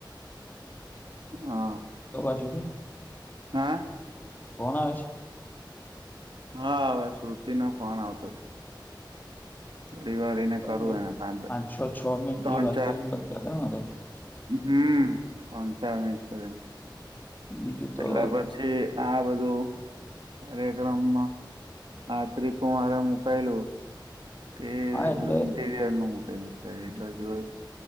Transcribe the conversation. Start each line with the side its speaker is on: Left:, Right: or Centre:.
Right: હા
Left: પાછું કે.
Right: હા!
Left: ફોન આવે છે?
Right: હા હવે શ્રુતિ નો ફોન આવતો છે. થોડી વાર એને કરું
Left: એક
Right: એને દ-
Left: પાંચ છોછો મિનિટ
Right: ત્રણ
Left: જેવી વાત
Right: ચાર
Left: કરીને બંધ કર કંઈ વાંધો ની.
Right: હમ! પંચાવમી રહીને.
Left: બીજું તો
Right: એટલે પછી આ બધું તારે ક્રમમાં આત્રિકુમારે મુકાયેલું. તે
Left: હા એટલે
Right: બધું ઇન્ટીરિયર નું મૂકેલું છે. જો જોય